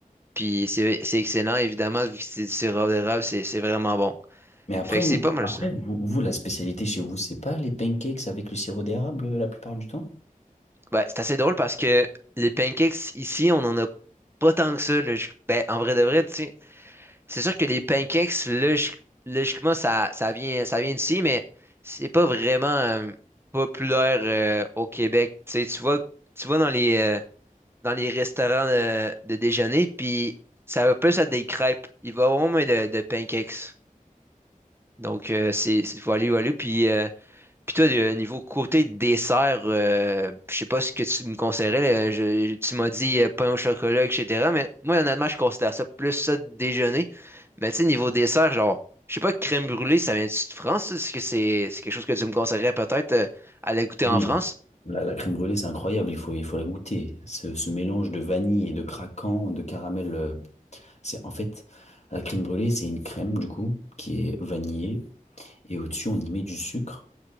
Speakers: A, on the right; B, on the left.
A: Puis c'est c'est excellent, évidemment, vu que c'est du sirop d'érable, c'est c'est vraiment bon.
B: Mais après,
A: Fait que
B: m-
A: c'est pas mal
B: après
A: ça.
B: vous, vous, la spécialité chez vous, c'est pas les pancakes avec le sirop d'érable euh, la plupart du temps?
A: Ben, c'est assez drôle parce que les pancakes ici, on en a pas tant que ça. là. Je- Ben, en vrai de vrai, tu sais, c'est sûr que les pancakes, logi- logiquement, ça, ça vient, ça vient d'ici, mais c'est pas vraiment euh, populaire euh, au Québec. Tu sais, tu vois, tu vois dans les, euh, dans les restaurants de, de déjeuner, puis ça va plus à des crêpes. Il va avoir moins de, de pancakes. Donc, euh, c'est c'est voilu, voilu. Puis, euh, puis toi, de- niveau côté dessert, euh, je sais pas ce que tu me conseillerais. là. Je- tu m'as dit euh, pain au chocolat, etc. Mais moi, honnêtement, je considère ça plus ça de déjeuner. Mais tu sais, niveau dessert, genre, je sais pas, crème brûlée, ça vient-tu de France? ça? Est-ce que c'est c'est quelque chose que tu me conseillerais peut-être euh, à aller goûter
B: Oui.
A: en France?
B: La, la crème brûlée, c'est incroyable, il faut, il faut la goûter. Ce, ce mélange de vanille et de craquant, de caramel, euh, c'est en fait, la crème brûlée, c'est une crème du coup qui est vanillée et au-dessus, on y met du sucre.